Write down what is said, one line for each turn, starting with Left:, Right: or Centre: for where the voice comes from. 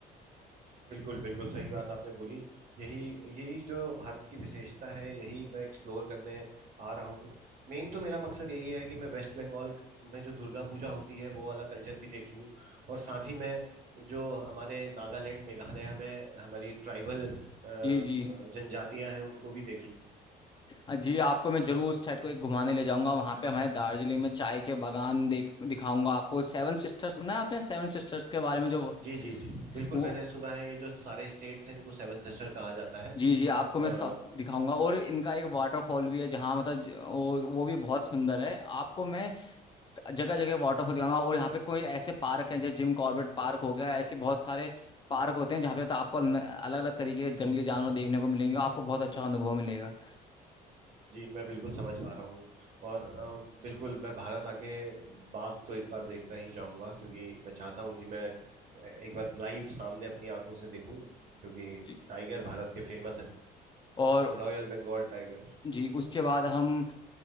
Right: बिल्कुल बिल्कुल सही बात आपने बोली यही यही जो भारत की विशेषता है यही मैं एक्सप्लोर करने आ रहा हूँ मेन तो मेरा मकसद यही है कि मैं वेस्ट बंगाल में जो दुर्गा पूजा होती है वो वाला कल्चर भी देख लूँ और साथ ही मैं जो हमारे नागालैंड मेघालय में हमारी ट्राइबल जनजातियां
Left: जी जी
Right: हैं उनको भी देख लूँ
Left: हाँ जी आपको मैं जरूर उस साइड को एक घुमाने ले जाऊंगा वहां पे हमारे दार्जिलिंग में चाय के बागान देख दिखाऊंगा आपको सेवन सिस्टर्स सुना है आपने सेवन सिस्टर्स के बारे में जो वो
Right: जी जी जी बिल्कुल
Left: वो-
Right: मैंने सुना है ये जो सारे स्टेट्स हैं इनको सेवन सिस्टर कहा जाता है
Left: जी जी आपको
Right: अ,
Left: मैं सब दिखाऊंगा और इनका एक वाटरफॉल भी है जहाँ मतलब ज- वो वो भी बहुत सुंदर है आपको मैं जगह जगह वाटरफॉल दिखाऊंगा और यहाँ पे कोई ऐसे पार्क हैं जैसे जिम कॉर्बेट पार्क हो गया ऐसे बहुत सारे पार्क होते हैं जहाँ पे तो आपको अलग अलग तरीके के जंगली जानवर देखने को मिलेंगे आपको बहुत अच्छा अनुभव मिलेगा
Right: जी मैं बिल्कुल समझ पा रहा हूँ और अ, बिल्कुल मैं भारत आके बाघ तो एक बार देखना ही चाहूंगा क्योंकि मैं चाहता हूँ कि मैं एक बार लाइव सामने अपनी आंखों से देखूं क्योंकि
Left: जी
Right: टाइगर भारत के फेमस है
Left: और
Right: रॉयल बंगाल टाइगर
Left: जी उसके बाद हम